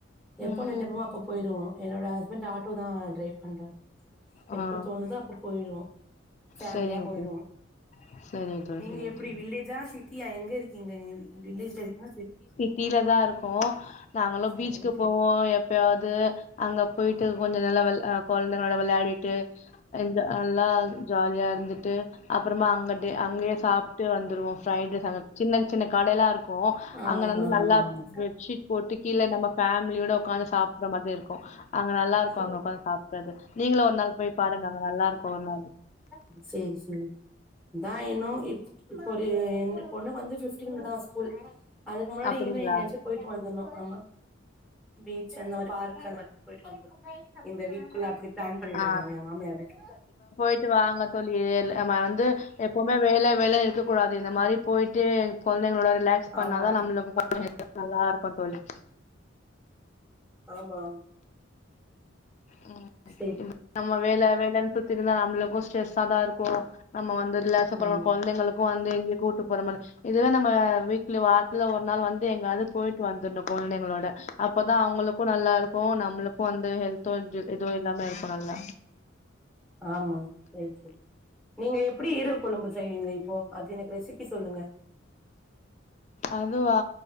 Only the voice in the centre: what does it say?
எப்போ
நெனப்பமோ அப்ப போயிருவோ என்னோட ஹஸ்பண்ட் ஆட்டோ தா டிரைவர் பண்றாரு
எப்போ தோணுதோ அப்ப போயிடுவோ ஃபேமிலியா
போயிருவோ
நீங்க
எப்டி
வில்லேஜா சிட் தீயா எங்க இருக்கீங்க நீ வில்லேஜ்ல இருக்கீங்களா சிட்
சரி
சரி
ஆ
ஆமா ஆமா
சேரி
ம் செரி செரி இதா இன்னு இப் இப்போரு என் பொண்ணுக்கு வந்து பிஃப்டீனுக்கு தா ஸ்கூல் அதுக்கு முன்னாடி
இன்னு எங்கயாச்சு போயிட்டு வந்தர்னு ஆமா பீச் அந்த மாரி பார்க் அந்த மாரி போயிட்டு வந்து இந்த வீக்குள்ள அப்டி பிளான் பண்ணிட்ருக்காங்க
எங்க மாமியார் வீட்டுல
ஆமா
ஆமாம்
சேரி
ம்
ஆமா செரி செரி நீங்க எப்டி ஈரல் கொழும்பு செய்யவீங்க இப்போ அது எனக்கு ரெசிபி சொல்லுங்க